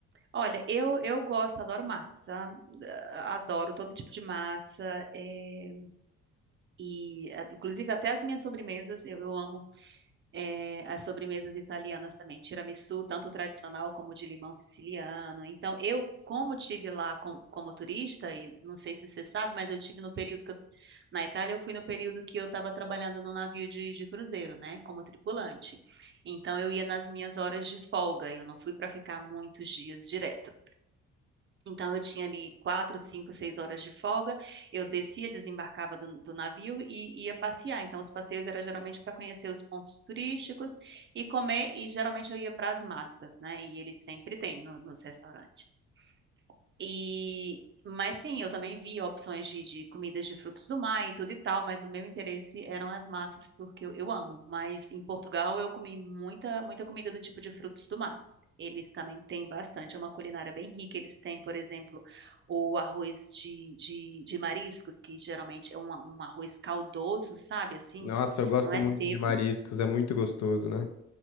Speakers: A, on the right; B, on the left.
A: Olha, eu, eu gosto, adoro massa, ah, adoro todo tipo de massa, é, e ah, inclusive até as minhas sobremesas, eu, eu amo é, as sobremesas italianas também, tiramisu, tanto tradicional como de limão siciliano. Então, eu, como tive lá com- como turista, e não sei se você sabe, mas eu tive no período que eu, na Itália, eu fui no período que eu estava trabalhando no navio de, de cruzeiro, né, como tripulante. Então, eu ia nas minhas horas de folga, eu não fui para ficar muitos dias direto. Então, eu tinha ali quatro, cinco, seis horas de folga. Eu descia, desembarcava do, do navio e ia passear. Então, os passeios era geralmente para conhecer os pontos turísticos e comer. E geralmente eu ia para as massas, né? E eles sempre têm no- nos restaurantes. E, mas sim, eu também vi opções de, de comidas de frutos do mar e tudo e tal, mas o meu interesse eram as massas, porque eu, eu amo. Mas em Portugal eu comi muita, muita comida do tipo de frutos do mar. Eles também têm bastante, é uma culinária bem rica. Eles têm, por exemplo, o arroz de, de, de mariscos, que geralmente é um, um arroz caldoso, sabe? Assim,
B: Nossa, eu gosto
A: não é
B: muito
A: seco
B: de mariscos, é muito gostoso, né?